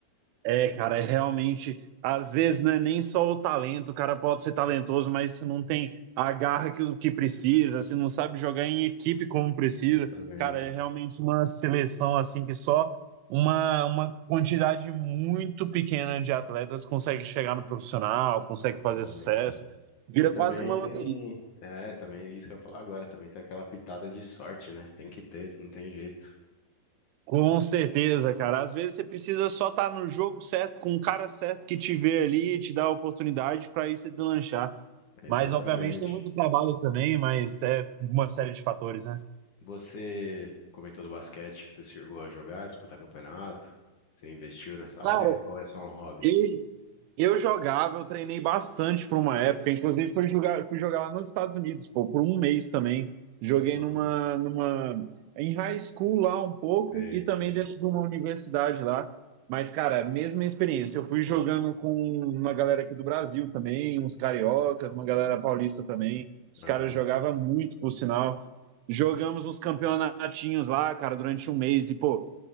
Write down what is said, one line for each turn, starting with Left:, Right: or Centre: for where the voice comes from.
Right: É, cara, é realmente. Às vezes não é nem só o talento, o cara pode ser talentoso, mas se não tem a garra que, que precisa, se não sabe jogar em equipe como precisa,
Left: Exatamente,
Right: cara, é realmente uma seleção assim que só uma, uma quantidade muito pequena de atletas consegue chegar no profissional, consegue
Left: exatamente.
Right: fazer sucesso. Vira
Left: E também
Right: quase que uma
Left: tem,
Right: loteria.
Left: é, também isso que eu ia falar agora, também tem aquela pitada de sorte, né? Tem que ter, não tem jeito.
Right: Com certeza, cara. Às vezes você precisa só estar no jogo certo, com o cara certo que te vê ali e te dá a oportunidade para isso deslanchar.
Left: Exatamente.
Right: Mas, obviamente, tem muito trabalho também, mas é uma série de fatores, né?
Left: Você comentou do basquete, você chegou a jogar, disputar campeonato? Você investiu nessa
Right: Cara,
Left: área? Ou é só um hobby?
Right: eu, Eu jogava, eu treinei bastante por uma época, inclusive fui jogar, fui jogar lá nos Estados Unidos, pô, por um mês também. Joguei
Left: Ô, louco.
Right: numa, numa, em high school lá um pouco
Left: Sei,
Right: e também
Left: sei.
Right: dentro de uma universidade lá. Mas, cara, mesma experiência. Eu fui jogando com uma galera aqui do Brasil também, uns cariocas, uma galera paulista também. Os
Left: Aham.
Right: caras jogavam muito, por sinal. Jogamos uns campeonatinhos lá, cara, durante um mês. E, pô,